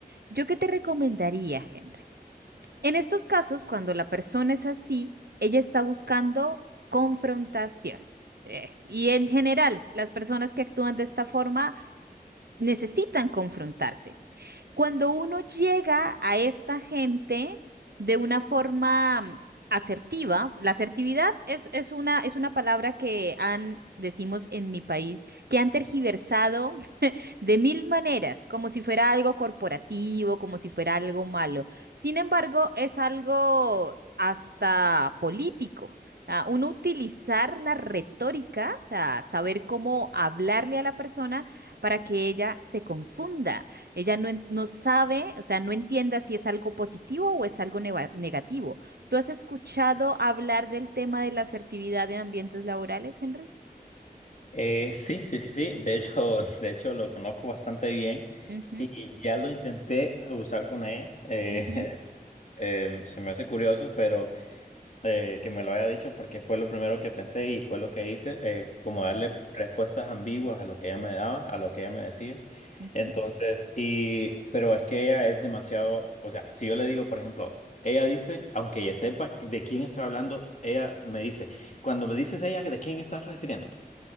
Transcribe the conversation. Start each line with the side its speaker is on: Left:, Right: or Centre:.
Right: ¿Yo qué te recomendaría, Henry? En estos casos, cuando la persona es así, ella está buscando confrontación. Eh, y en general, las personas que actúan de esta forma necesitan confrontarse. Cuando uno llega a esta gente de una forma mm, asertiva, la asertividad es, es una, es una palabra que han, decimos en mi país, que han tergiversado de mil maneras, como si fuera algo corporativo, como si fuera algo malo. Sin embargo, es algo hasta político. Ah, uno utilizar la retórica, ah, saber cómo hablarle a la persona para que ella se confunda. Ella no, en- no sabe, o sea, no entienda si es algo positivo o es algo neva- negativo. ¿Tú has escuchado hablar del tema de la asertividad en ambientes laborales, Henry?
Left: Eh, sí, sí, sí, sí. De hecho, <laughs> de hecho lo conozco bastante bien
Right: Ujú,
Left: y ya lo intenté usar con ella. Eh,
Right: Eh, ujú,
Left: <laughs> eh, se me hace curioso, pero eh, que me lo haya dicho porque fue lo primero que pensé y fue lo que hice, eh, como darle
Right: sí,
Left: respuestas ambiguas a lo que ella me daba, a lo que ella me decía.
Right: ujú,
Left: Entonces, y, pero es que ella es demasiado, o sea, si yo le digo, por ejemplo, ella dice, aunque ella sepa de quién estoy hablando, ella me dice, cuando me dices ella, ¿de quién estás refiriéndote?